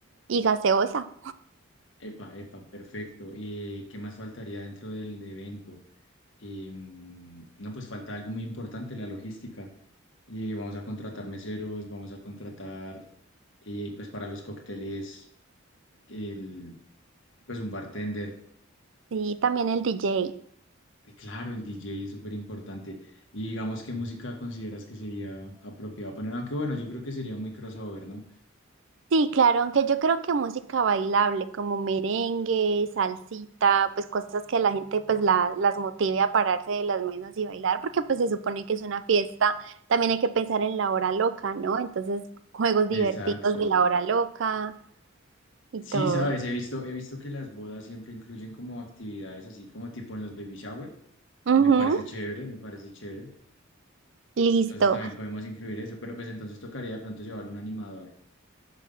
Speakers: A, on the right; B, on the left.
A: y gaseosa.
B: Epa, epa, perfecto. ¿Y qué más faltaría dentro del evento? Em, no, pues falta algo muy importante, la logística. Y vamos a contratar meseros, vamos a contratar, eh, pues para los cócteles, el, pues un bartender.
A: Sí, también el DJ.
B: Y claro, el DJ es súper importante. Y digamos, ¿qué música consideras que sería apropiada poner? Aunque bueno, yo creo que sería muy crossover, ¿no?
A: Sí, claro, aunque yo creo que música bailable como merengue, salsita, pues cosas que la gente pues la- las motive a pararse de las mesas y bailar, porque pues se supone que es una fiesta, también hay que pensar en la hora loca, ¿no? Entonces, juegos divertidos
B: Exacto.
A: de la hora loca y
B: Sí,
A: todo.
B: sabes, he visto, he visto que las bodas siempre incluyen como actividades así como tipo en los baby shower
A: Ujú,
B: y me parece chévere, me parece chévere.
A: listo.
B: Entonces también podemos incluir eso, pero pues entonces tocaría de pronto llevar un animador.